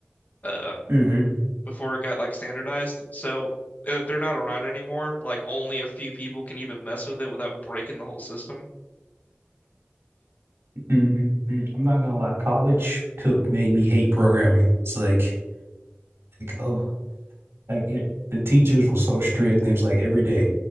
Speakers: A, on the left (about 40°); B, on the right (about 80°).
A: uh,
B: hmm
A: before it got like standardized. So if they're not around anymore, like only a few people can even mess with it without breaking the whole system.
B: hmm I'm not gonna lie. College took made me hate programming. It's like, like oh, Like it, the teachers were so strict. It was like every day,